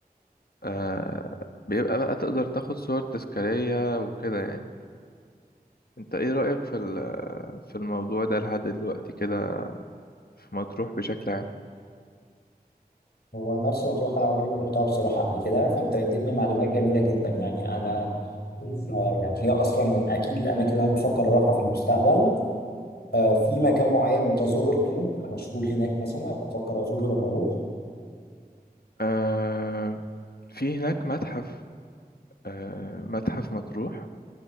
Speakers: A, on the left; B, on the left.
A: آه بيبقى بقى تقدر تاخد صور تذكارية وكده يعني انت ايه رأيك في ال- في الموضوع ده لحد دلوقتي كده في مطروح بشكل عام
B: هو مرسى مطروح انا عمري ما روحتها بصراحه قبل كده فانت اديتني معلومات جميله جدا يعني انا آه، يعني هي اصلا من اكيد الاماكن اللي انا بفكر اروحها في المستقبل آه، في مكان معين انت زرته مشهور هناك مثلا ابقى افكر ازوره لما اروح
A: آه في هناك متحف آه متحف مطروح